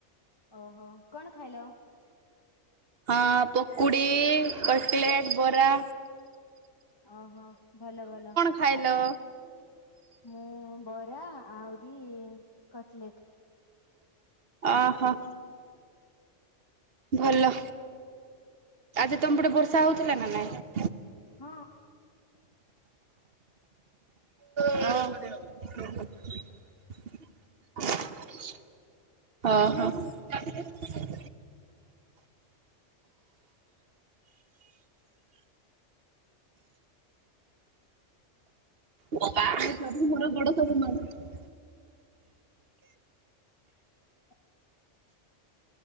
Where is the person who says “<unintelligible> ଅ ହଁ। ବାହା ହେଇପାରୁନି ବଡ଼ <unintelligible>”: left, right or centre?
Right